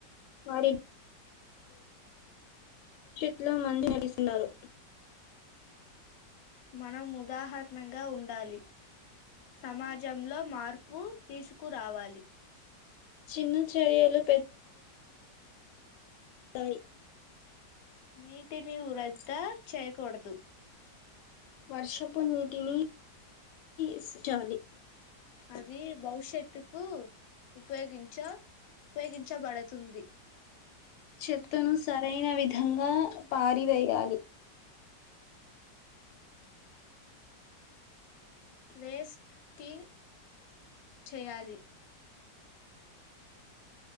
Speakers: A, on the left; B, on the left.
A: వారి ఇంట్లో మంది లేడిస్ ఉన్నారు
B: మనం ఉదాహరణంగా ఉండాలి సమాజంలో మార్పు తీసుకురావాలి <inaudible>
A: చిన్న చర్యలు దాయి
B: నీటిని వృధా చేయకుడదు
A: వర్షపు నీటిని ఇస్ చాలి
B: అది భవిష్యత్తుకు ఉపయోగించా ఉపయోగించబడుతుంది
A: చెత్తను సరైన విధంగా పారివేయాలి
B: రేస్క కింగ్ చేయాలి